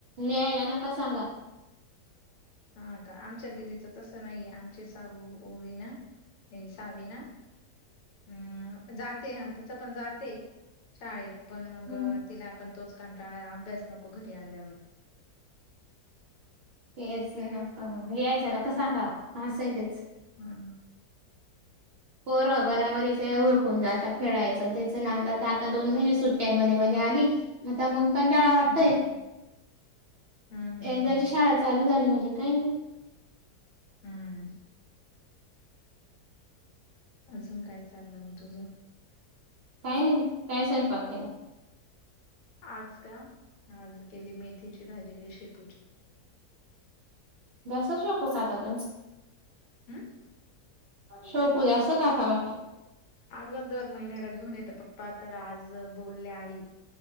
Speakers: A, on the right; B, on the left.
A: लिहायला नका सांगा.
B: हा का आमच्या दिदीचं तसं नाहीये आमचे साऊू ओवी ना. सहावी ना हम् जाते हा तिचं पण जाते. शाळेत पण मग
A: हम्म
B: तिला आपण तोच कंटाळा अभ्यास नको घरी आल्यावर.
A: तेच लिहायचं नका सांगा असाय तेच.
B: हम.
A: पोर बराबरीचे उरकून जाता खेळायचं त्याच नांद तर आता दोन महिने सुट्ट''--'' टी यांमध्ये मजा आली आता मग कंटाळा वाटतय.
B: हम्म हम्म हम्म
A: एकदाची
B: हम्म
A: शाळा चालू झाली म्हणजे काही नाही.
B: हम्म. अजून काय चाललं म तुझं.
A: काय नाही काय सयंपाक केला.
B: आज का आज केली मेथीची भाजी काही शेपू.
A: दस शेपू खातात.
B: हम्म.
A: सोपू जास्त काथा वाट.
B: अगं दर महिन्याला घेऊन येत पप्पा तर आज बोलले आई.